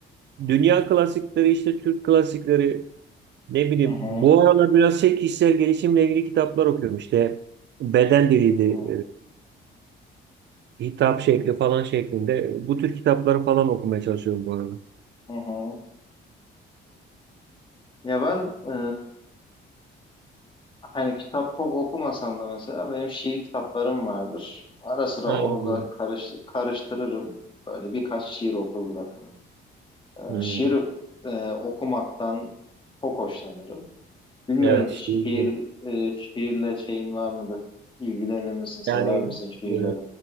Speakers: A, on the right; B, on the left.
A: dünya klasikleri işte Türk klasikleri ne bileyim
B: Hı hı.
A: bu aralar biraz şey kişisel gelişimle ilgili kitaplar okuyorum işte beden diliydi
B: Hı
A: e, hitap şekli falan şeklinde bu tür kitapları falan okumaya çalışıyorum bu arada.
B: hı. hı. Ya ben e, hani kitap çok okumasam da mesela benim şiir kitaplarım vardır. Ara sıra
A: Aynen.
B: orada karış, karıştırırım. Böyle birkaç şiir okur bırakırım. E,
A: Hmm.
B: şiir e, okumaktan çok hoşlanırım. Bilmiyorum
A: Evet
B: hiç
A: işte bu.
B: şiir e, şiirle şeyin var mıdır? İlgilenir misin, sever
A: yani
B: misin şiirleri?
A: e,